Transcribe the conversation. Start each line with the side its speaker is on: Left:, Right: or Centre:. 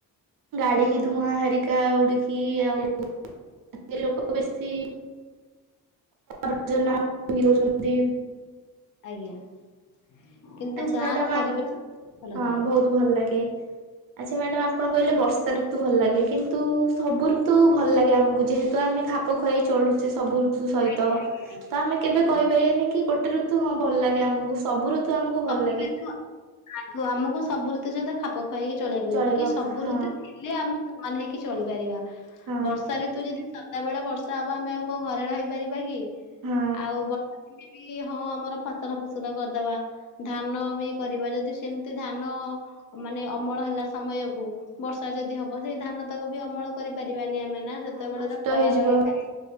Right: ଗାଡି ଧୂଆଁ ହେରି କା ଉଡିକି
Left: ଆଜ୍ଞା
Right: ଆଉ ଲୋକ ବେଶୀ ର ଦେଇ <unintelligible>
Left: ଆଜ୍ଞା କିନ୍ତୁ
Right: ଆଚ୍ଛା
Left: ଗାଁ
Right: ମ୍ୟାଡାମ
Left: ର ପରିବେଶ ଭଲ
Right: ହଁ
Left: ଥାଏ।
Right: ବହୁତ ଭଲ ଲାଗେ ଆଚ୍ଛା ମ୍ୟାଡାାମ ଆପଣ କହିଲେ ବର୍ଷା ଋତୁ ଭଲ ଲାଗେ, କିନ୍ତୁ ସବୁ ଋତୁ ଭଲ ଲାଗେ ଆମକୁ ଯେହେତୁ ଆମେ ଖାପ ଖୁଆଇ ଚଳୁଛେ ସବୁ ସବୁ <unintelligible> ସହିତ
Left: ଆଜ୍ଞା ଆଜ୍ଞା ଆଜ୍ଞା
Right: ଆମେ କେବେ
Left: ଆଜ୍ଞା।
Right: କହିପାରିବାନି କି ଗୋଟେ ଋତୁ ହଁ ଭଲ ଲାଗେ ଆମକୁ ସବୁ ଋତୁ ଆମକୁ
Left: ସବୁ
Right: ଭଲ ଲାଗେ
Left: ଋତୁ ଆଗ ଆମକୁ ସବୁ ଋତୁ ସହିତ ଖାପ ଇକି ଚଳେଇବା
Right: ଚଳିବାକୁ
Left: ପ କି ସବୁ
Right: ହଁ
Left: ଋତୁ ଥିଲେ ଆମେ ସମାନ ହେଇକି ଚଳିପାରିବା।
Right: ହଁ
Left: ବର୍ଷା ଋତୁ ଯଦି ସଦାବେେଳେ ବର୍ଷା ହବା ଆମେ ଆଉ କଣ ଘରେ ରହିପାରିବା କି?
Right: ହଁ
Left: ଆଉ ବର୍ଷା ଦିନେ ବି ହଁ ଆମର ଫସଲ ଫୁସଲ କରିଦବା। ଧାନ ବି କରିବା ଯଦି ସେମିତି ଧାନ ମାନେ ଅମଳ ହେଲା, ସମୟକୁ ବର୍ଷା ଯଦି ହବ ସେଇ ଧାନ ତକ ବି ଅମଳ କରିପାରିବ। ବାନି ଆମେ ନା
Right: ହଁ
Left: ସେତେବେଳେର
Right: ନଷ୍ଟ
Left: ଖଳା
Right: ହେଇଯିବ
Left: ବାରି ଥାଏ